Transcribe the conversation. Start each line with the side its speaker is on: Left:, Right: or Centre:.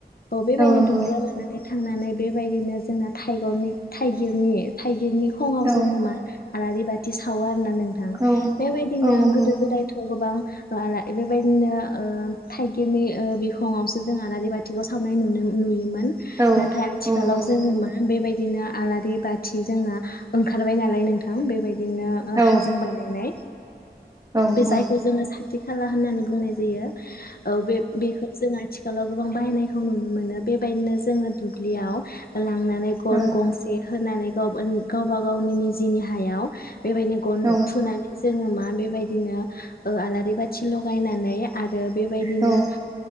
Left: अ बेबायदिनो
Right: औ नंगौ
Left: दुब्लियाव लानानै थांनानै बेबायदिनो जोंना थाइगनि थाइगिरनि थाइगिरनि खङाव
Right: औ
Left: जोङो मा आलारि बाथि सावो आर ना नोंथां
Right: औ
Left: बेबायदिनो
Right: औ नंगौ
Left: गोदो गोदायथ' गोबां आला बेबायदिनो ओ थाइगिरनि ओ बिखङावसो जों आलारि बाथिखौ सावनाय नुनो मोनो नुयोमोन
Right: औ
Left: नाथाय आथिखालाव
Right: औ नंगौ
Left: जोङो मा बेबाइदि बिदिनो आलारि बाथि जोंना ओंखारबाय नालाय नोंथां बेबायदि बिदिनो
Right: औ
Left: हाजों बानायनाय
Right: औ
Left: बे जायखौ
Right: औ
Left: जोङो साथि साथि खाला होननानै बुंनाय जायो औ बे बेखौ जों आथिखालाव गोबां बाहायनायखौ नुनो मोनो बेबायदिनो जोङो दुब्लियाव लांनानै ग'न
Right: औ
Left: गंसे होनानै ग गावबा गावनि निजिनि हायाव बेबायदिनो गन
Right: औ
Left: थुनानै जोङो मा बेबायदिनो ओ आलारि बाथि लगायनानै आरो बेबायदिनो
Right: औ